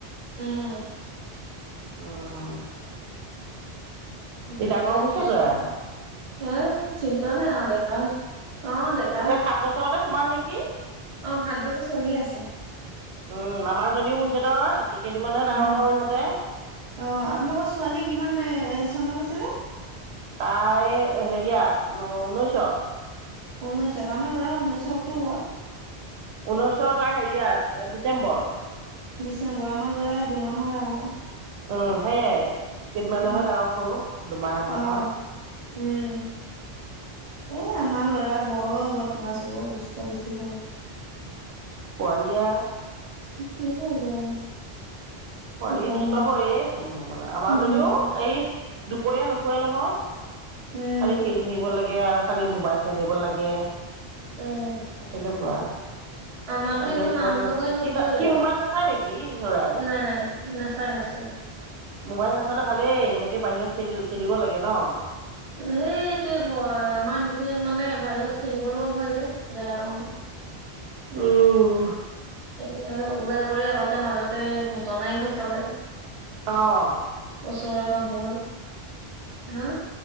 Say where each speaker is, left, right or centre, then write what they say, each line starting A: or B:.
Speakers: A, on the right; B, on the right.
A: উম।
B: উম। সি
A: কিন্তু
B: ডাঙৰ হৈছেগৈ
A: টিউচন
B: আৰু।
A: এ চিন্তা নাই আৰু ডেকা অ', ডেকা।
B: এ
A: হৈছে।
B: সাত বছৰতে সোমাল নেকি?
A: অ', সাত বছৰ চলি আছে।
B: উম, আমাৰ জনীও হৈছে নহয় কেইদিন মানৰহে ডাঙৰ
A: উম।
B: সৰু ইহঁতে।
A: অ', আপোনালোকৰ ছোৱালী কিমান এ চনত আছিলে?
B: তাই হেৰিয়াত ঊনৈশত।
A: ঊনৈশত, আমাৰ ল'ৰা ঊনৈশৰ অক্টোবৰত।
B: ঊনৈশৰ তাৰ হেৰিয়াত ডিচেম্বৰ।
A: ডিচেম্বৰ আমাৰ ল'ৰা দুমাহৰ ডাঙৰ।
B: উম, সেয়াই কেইদিনমানৰহে
A: উম
B: ডাঙৰ সৰু দুমাহ এমাহৰ।
A: অ উম। এ আমাৰ লৰা বৰ বদমাছ অ', দুষ্ট বেছি কৰে।
B: পোৱালি আৰু।
A: কি কৰিব আৰু।
B: পোৱালী
A: উপায়
B: দুষ্ট
A: নাই
B: হয়েই সেইখিনি সময়ত, আমাৰ
A: উম
B: জনীও এই দুপৰীয়া নোশোৱে নহয়।
A: উম।
B: খালি খেলি থাকিব লাগে আৰু খালি মোবাইল চাই থাকিব লাগে।
A: উম
B: তেনেকুৱা। আজিকালি
A: আমাৰতো এনেই
B: কালি
A: মাহঁতৰ
B: পোৱালি
A: গুৰিত নুশুৱে
B: ই মোবাইল নাচায় নেকি ই লৰাই।
A: নাই নাই নাচায় নাচায়।
B: মোবাইল নাচালে ভালেই এনেকে বাহিৰত খেলি খেলিব লাগে ন।
A: সেইটোৱে ভয় আমাৰ সেইখিনিত মানে বাহিৰত খেলিবলৈও ভয় যে জেগা কণ।
B: উম।
A: এতিয়া ওলাই কৰি আগতে মাজতে ঘটনাই ঘটালে।
B: অহ।
A: ওচৰে মানুহৰ হা।